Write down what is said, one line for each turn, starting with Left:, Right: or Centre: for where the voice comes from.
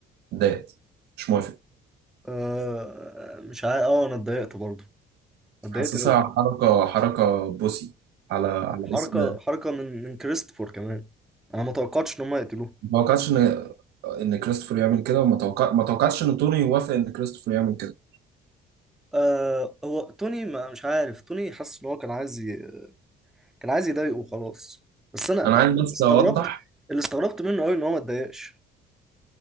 Right: اتضايقت مش موافق
Centre: آه مش عارف اه انا اتضايقت برضه اتضايقت
Right: حاسسها
Centre: قوي
Right: حركه حركه بوسي على على
Centre: حركه
Right: اسم
Centre: حركه من من كريستوفر كمان انا ما توقعتش ان هم يقتلوه
Right: ما توقعتش ان ان كريستوفر يعمل كده وما توقع... ما توقعتش ان توني يوافق ان كريستوفر يعمل كده
Centre: آه هو توني ما مش عارف توني حاسس ان هو كان عايز ي... كان عايز يضايقه خلاص بس انا أنا
Right: انا عايز بس
Centre: استغربت
Right: اوضح
Centre: اللي استغربت منه قوي ان هو ما اتضايقش